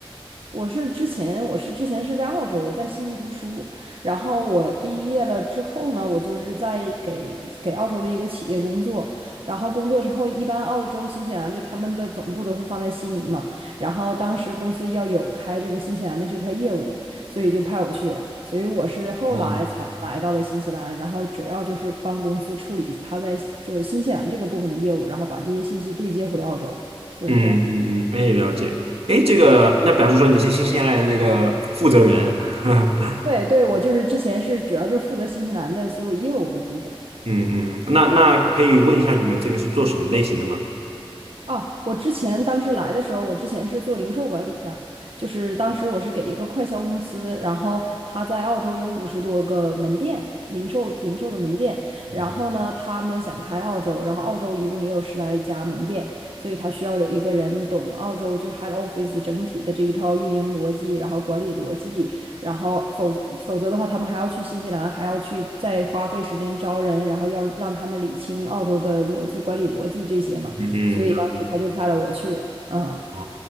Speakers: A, on the right; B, on the right.
A: 我是之前，我是之前是在澳洲，我在悉尼读书，然后我毕业了之后呢，我就是在给给澳洲的一个企业工作，然后工作之后，一般澳洲、新西兰就他们的总部都是放在悉尼嘛，然后当时公司要有开这个新西兰的这块业务，所以就派我去了，所以我是后来才来到的新西兰，
B: 嗯，
A: 然后主要就是帮公司处理他在就是新西兰这个部分的业务，然后把这些信息对接回澳洲，就是这样。
B: 嗯嗯嗯，哎，了解。
A: 嗯
B: 哎，这个那表示说你是新西兰的这个负责人。<laughs>
A: 对对，我就是之前是主要就是负责新西兰的所有业务的部分，
B: 嗯嗯，那那可以问一下你们这个是做什么类型的吗？
A: 哦，我之前当时来的时候，我之前是做零售管理的，就是当时我是给一个快销公司，然后他在澳洲有五十多个门店，零售零售的门店，
B: 嗯
A: 然后呢，他们想开澳洲，然后澳洲一共也有十来家门店，所以他需要有一个人懂澳洲就是 head office 整体的这一套运营逻辑，然后管理逻辑，然后否则否则的话，他们还要去新西兰，还要去再花费时间招人，然后要让他们理清澳洲的逻辑、管理逻辑这些嘛。
B: 嗯，
A: 所以当时他就派了我去了。
B: 了解。
A: 嗯，
B: 哦